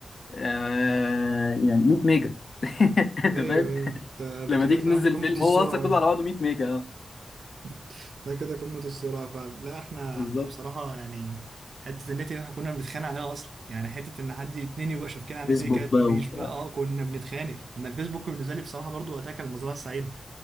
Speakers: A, on the left; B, on the right.
A: آه يعني 100 ميجا <laughs> انت
B: ايوه
A: فاهم
B: ايوه ده ده
A: لما
B: كده
A: تيجي
B: فاهم
A: تنزل
B: قمه
A: فيلم
B: السرعه
A: هو اصلا كله
B: بقى
A: على بعضه 100 ميجا اه
B: <laughs> ده كده قمه السرعه فعلا لا احنا
A: بالظبط
B: احنا بصراحه يعني حته النت دي احنا كنا بنتخانق عليها اصلا يعني حته ان حد اتنين يبقى شافكين على
A: فيسبوك
B: النت دي كانت
A: بقى
B: مفيش
A: وبتاع
B: بقى اه كنا بنتخانق انا الفيسبوك بالنسبه لي بصراحه برضو وقتها كان المزرعه السعيده